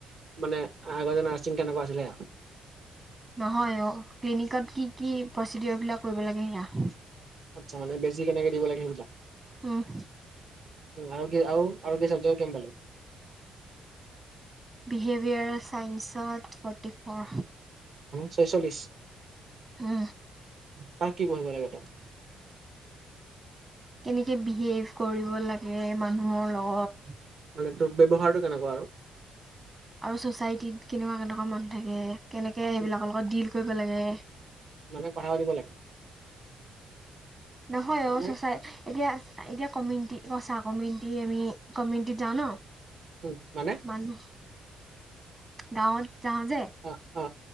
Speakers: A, on the right; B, on the right.
A: মানে আগতে নাৰ্ছিং কেনেকুৱা আছিলে
B: নহয় অ, ক্লিনিকত কি কি প্ৰচিডৰ বিলাক কৰিব লাগে সেয়া?
A: আচ্ছা, মানে বেজী কেনেকে দিব লাগে সেইবিলাক?
B: উম
A: আৰু কি আৰু, আৰু কি চাবজেক্টত কিমান পালে?
B: বিহেভিয়াৰ চাইন্সত ফৰটি ফৰ।
A: ছয়চল্লিছ
B: উম
A: তাত কি পঢ়িব লাগে?
B: কেনেকে বিহেভ কৰিব লাগে মানুহৰ লগত,
A: মানে তোৰ ব্যৱহাৰটো কেনেকুৱা আৰু?
B: আৰু ছচাইটিত কেনেকুৱা কেনেকুৱা মানুহ থাকে, কেনেকে সেইবিলাকৰ
A: উম,
B: লগত ডিল কৰিব লাগে,
A: মানে কথা পাতিব লাগে?
B: নহয় অ
A: মানে?
B: চচাই এতিয়া এতিয়া কমিউনিটি চা কমিউনিটি আমি কমিউনিটিত যাওঁ ন?
A: উম, মানে?
B: মানুহ, গাঁৱত যাওঁ যে,
A: অ অ